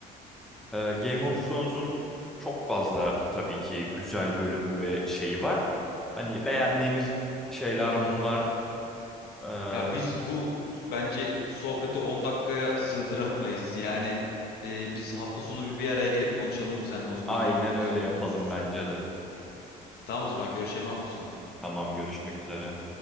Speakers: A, in the centre; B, on the left (about 70°).
A: ee, Game of Thrones'un çok fazla tabii ki güzel bölümü ve şeyi var. Hani beğendiğimiz şeyler
B: Hı hı.
A: bunlar. Ee,
B: Ya biz bu bence bu sohbeti 10 dakikaya sığdıramayız. Yani e, biz hafta sonu bir bir araya gelip konuşalım seninle o zaman
A: aynen
B: Game of Thrones
A: öyle
B: hakkında
A: yapalım
B: uzun uzun.
A: bence de.
B: Tamam o zaman görüşelim hafta sonu.
A: Tamam görüşmek üzere.